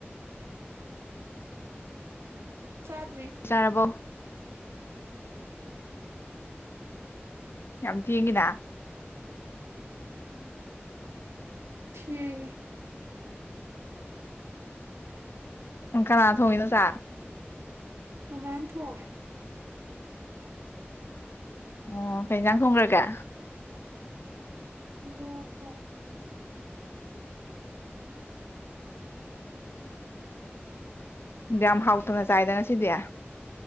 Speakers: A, on the right; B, on the left.
A: ꯆꯥꯗ꯭ꯔꯤ
B: ꯆꯥꯔꯕꯣ ꯌꯥꯝ ꯊꯦꯡꯉꯤꯅ ꯎꯝ
A: ꯊꯦꯡꯉꯤ
B: ꯎꯝ ꯀꯅꯥ ꯊꯣꯡꯉꯤꯅꯣ ꯆꯥ
A: ꯃꯃꯥꯟ ꯊꯣꯡꯉꯦ
B: ꯑꯣ ꯀꯩꯖꯥꯡ ꯊꯣꯡꯈ꯭ꯔꯒ
A: ꯏꯔꯣꯟꯕ
B: ꯌꯥꯝ ꯍꯥꯎꯇꯅ ꯆꯥꯏꯗ ꯉꯁꯤꯗꯤ